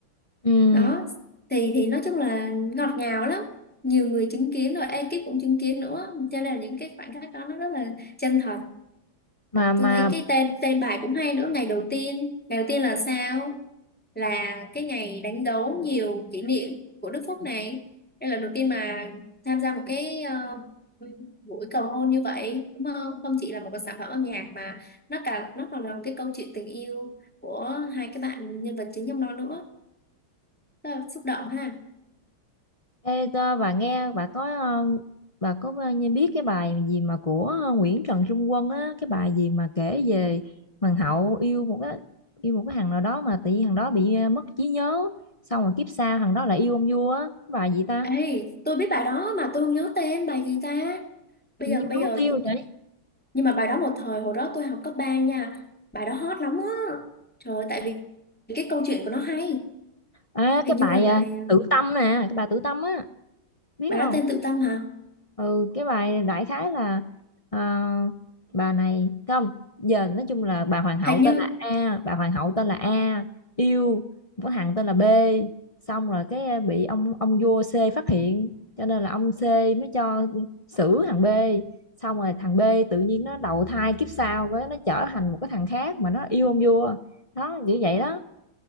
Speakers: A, on the left; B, in the centre.
A: Ừ.
B: đó thì thì nói chung là ngọt ngào lắm nhiều người chứng kiến rồi ekip cũng chứng kiến nữa cho nên là những cái khoảnh khắc đó nó rất là chân thật
A: Mà mà
B: tôi thấy cái tên tên bài cũng hay nữa ngày đầu tiên ngày đầu tiên là sao là cái ngày đánh dấu nhiều kỷ niệm của Đức Phúc này đây là lần đầu tiên mà tham gia một cái ờ, buổi cầu hôn như vậy đúng không không chỉ là một cái sản phẩm âm nhạc mà nó cả nó còn là một cái câu chuyện tình yêu của hai cái bạn nhân vật chính trong nó nữa rất là xúc động ha
A: Ê, tơ, bà nghe bà có ờ, bà có bao nhiêu biết cái bài gì mà của ờ, Nguyễn Trần Trung Quân á cái bài gì mà kể về hoàng hậu yêu một cái yêu một cái thằng nào đó mà tự nhiên thằng đó bị ờ, mất trí nhớ xong rồi kiếp sau thằng đó lại yêu ông vua á cái bài gì ta
B: Ê, tôi biết bài đó mà tôi không nhớ tên bài gì ta. Bây
A: tự
B: giờ
A: nhiên
B: bây
A: nó
B: giờ
A: mất tiêu
B: tôi...
A: vậy
B: nhưng mà bài đó một thời hồi đó tôi học cấp 3 nha. Bài đó hot lắm á. Trời ơi, tại vì cái câu chuyện của nó hay.
A: à
B: Hình
A: cái bài
B: như là bài
A: ờ,
B: ờ,
A: Tử Tâm nè cái bài Tử Tâm á biết
B: bài
A: không
B: đó tên Tự Tâm hả?
A: ừ cái bài đại khái là ờ, bà này không giờ nói chung là bà hoàng hậu
B: Hình
A: tên
B: như
A: là A bà hoàng hậu tên là A yêu một cái thằng tên là B xong rồi cái ờ, bị ông ông vua C phát hiện cho nên là ông C mới cho xử thằng B xong rồi thằng B tự nhiên nó đầu thai kiếp sau với nó trở thành một cái thằng khác mà nó yêu ông vua đó kiểu vậy đó